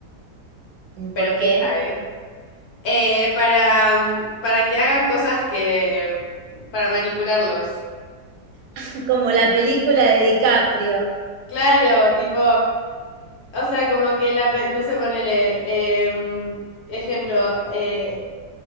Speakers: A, on the left (about 60°); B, on the right (about 70°).
A: Pero
B: ¿Por
A: fija,
B: qué?
A: ¿eh? eh, para, mm, para que hagan cosas que... para manipularlos.
B: <laughs> Como la película de DiCaprio.
A: Claro, tipo, o sea, como que la... pe- no sé, ponele... em, ejemplo, eh,